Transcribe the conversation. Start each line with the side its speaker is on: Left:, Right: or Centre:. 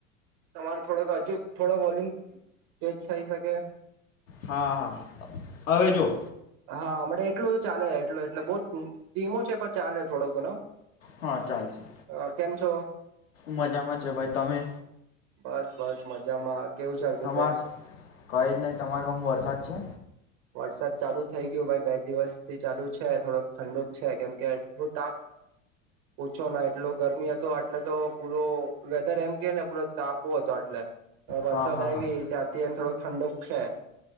Right: તમાર થોડોક હજુ થોડો વોલ્યુમ તેજ થઇ શકે?
Left: હા હા, હવે જો.
Right: હા મળે એટલું ચાલે એટલું એટલે બઉ ધીમો છે પણ ચાલે થોડોક ઘણો.
Left: હા ચાલશે
Right: અ કેમ છો
Left: મજામાં છે ભાઈ તમે
Right: બસ બસ મજામાં કેવું ચાલતું
Left: તમારે
Right: છે
Left: કઈ જ નહી. તમારે ગમુ વરસાદ છે?
Right: વરસાદ ચાલુ થઈ ગયયો ભાઈ. બે દિવસથી ચાલુ છે થોડોક ઠંડુક છે. કેમ કે એટ તાપ ઓછો ના એટલો ગરમી હતો. એટલે તો પૂરો વેધર એમ કે ને પૂ તાપો હતો એટલે. વરસાદ
Left: હા હા
Right: આવી,
Left: હા
Right: ત્યાંથી અનેને થોડોક થઠંડોક છે.